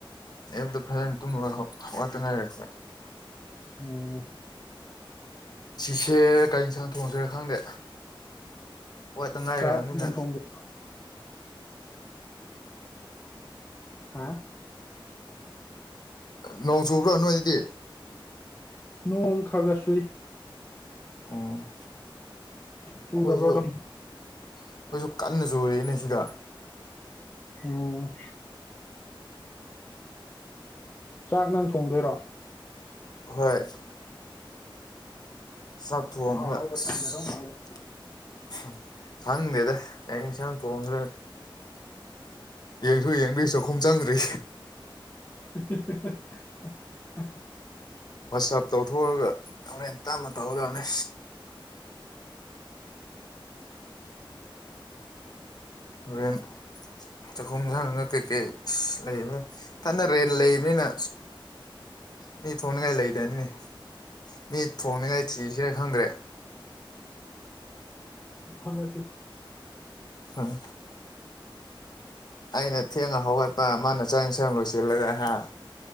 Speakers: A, on the left; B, on the left.
A: ꯑꯕꯇ ꯐꯖꯅ ꯇꯨꯝꯃꯒ ꯋꯥꯠꯇꯅꯔꯦ ꯈ
B: ꯎꯝ
A: ꯁꯤꯁꯦ ꯀꯔꯤ ꯌꯦꯟꯁꯥꯡ ꯊꯣꯡꯁꯤꯔꯦ ꯈꯪꯗꯦ ꯋꯥꯇ ꯉꯥꯏꯔ
B: ꯆꯥꯛ
A: ꯅꯅꯤꯅ
B: ꯅꯪ ꯊꯣꯡꯗꯣꯏ ꯍꯥꯥ
A: ꯅꯣꯡ ꯆꯨꯕ꯭ꯔꯣ ꯅꯣꯏꯗꯗꯤ
B: ꯅꯣꯡ ꯈꯥꯒꯁꯨꯏ
A: ꯎꯝ
B: ꯆꯨ
A: ꯑꯩꯈꯣꯏꯁꯨ
B: <unintelligible>
A: ꯑꯩꯈꯣꯏꯁꯨ ꯀꯟꯅ ꯆꯨꯔꯤꯅꯦ ꯁꯤꯗ
B: ꯑꯣ ꯆꯥꯛ ꯅꯪ ꯊꯣꯡꯗꯣꯏꯔꯣ
A: ꯍꯣꯏ ꯆꯥꯛꯊ‌ꯣꯡꯕ
B: ꯑꯍꯥꯎ ꯑꯍꯥꯎꯕ
A: ꯑꯁ
B: ꯊꯣꯡꯒꯗꯧ ꯃꯥꯜꯂꯦ
A: ꯈꯪꯗꯦꯗ ꯀꯩ ꯏꯡꯁꯥꯡ ꯊꯣꯡꯕ꯭ꯔꯦ ꯌꯦꯡꯁꯨ ꯌꯦꯡꯗꯣꯏ ꯆꯥꯛꯈꯨꯝ ꯆꯪꯗ꯭ꯔꯤ
B: <unintelligible>
A: ꯋꯥꯆꯞ ꯇꯧꯊꯣꯛꯑꯒ ꯍꯣꯔꯦꯟ ꯇꯞꯅ ꯇꯧꯒꯗꯕꯅꯤ ꯑꯗꯨꯦꯟ ꯆꯍꯨꯝ ꯌꯥꯪꯉꯒ ꯀꯩꯀꯩ ꯂꯩ ꯐꯅ ꯔꯦꯟ ꯂꯩꯕꯅꯤꯅ ꯃꯤ ꯊꯣꯡꯅꯤꯡꯉꯥꯏ ꯂꯩꯗꯅꯤꯅꯤ ꯃꯤ ꯊꯣꯡꯅꯤꯡꯉꯥꯏ ꯊꯤꯁꯤꯔꯦ ꯈꯪꯗ꯭ꯔꯦ
B: ꯇ ꯂꯣ
A: ꯎꯝ ꯑꯩꯅ ꯊꯦꯡꯉ ꯍꯧꯒꯠꯄ ꯃꯥꯅ ꯆꯪ ꯌꯦꯟꯁꯥꯡ ꯂꯣꯏꯁꯤꯜꯂꯒ ꯍꯥ